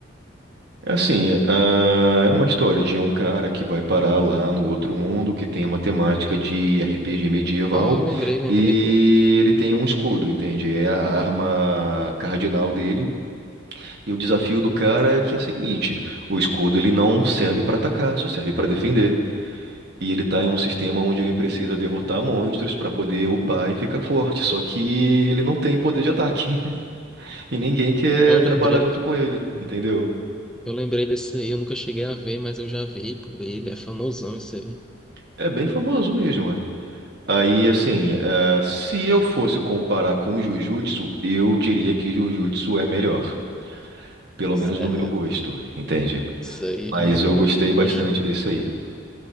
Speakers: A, on the right (about 55°); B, in the centre.
A: Assim, ah, é uma história de um cara que vai parar lá no outro mundo, que tem uma temática de RPG medieval,
B: Ah, lembrei, lembrei,
A: e
B: pô.
A: ele tem um escudo, entende? É a arma cardinal dele. E o desafio do cara é que é o seguinte: o escudo ele não serve para atacar, só serve para defender. E ele tá em um sistema onde ele precisa derrotar monstros pra poder upar e ficar forte. Só que ele não tem poder de ataque. <laughs> E ninguém quer
B: Eu lembrei,
A: trabalhar junto
B: pô.
A: com ele, entendeu?
B: Eu lembrei desse aí, eu nunca cheguei a ver, mas eu já vi por ele, é famosão isso aí.
A: É bem famoso mesmo, é. Aí, assim, eh, se eu fosse comparar com o Jujutsu, eu diria que Jujutsu é melhor. Pelo
B: S-
A: menos
B: É,
A: no meu gosto, entende?
B: isso aí,
A: Mas
B: ah, eu
A: eu
B: também
A: gostei bastante
B: gosto muito.
A: desse aí.